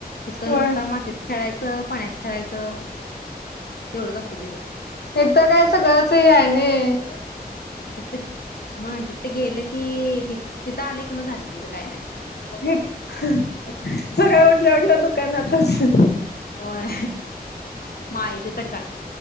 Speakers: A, on the left; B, on the left.
A: इथं
B: होय
A: नुसता मातीत खेळायचं, पाण्यात खेळायचं एवढंच असते तिचं
B: इथं काय सगळंच हे हाय नाही
A: तिथ हा तिथं गेलं की ही तिथं आलं की मग झालं तिचं काय नाय.
B: हित सकाळी उठल्या उठल्या दुकानात. असं.
A: होय. माय <inaudible>